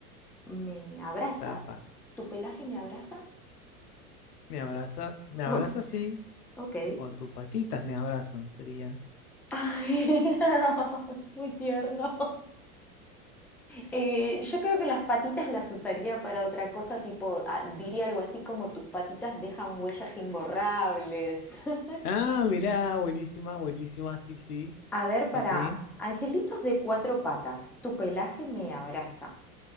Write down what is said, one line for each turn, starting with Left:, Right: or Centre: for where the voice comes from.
Centre: me abraza.
Left: tapa.
Centre: ¿Tu pelaje me abraza?
Left: Me abraza, me
Centre: Ok.
Left: abraza, sí.
Centre: ok.
Left: O tus patitas me abrazan, sería.
Centre: Ay, <laughs> muy tierno. Eh, yo creo que las patitas las usaría para otra cosa, tipo, ah, diría algo así como tus patitas dejan huellas imborrables. <laughs>
Left: Ah, mirá, buenísima, buenísima, sí, sí,
Centre: A ver, para
Left: sí, sí.
Centre: angelitos de cuatro patas, tu pelaje me abraza.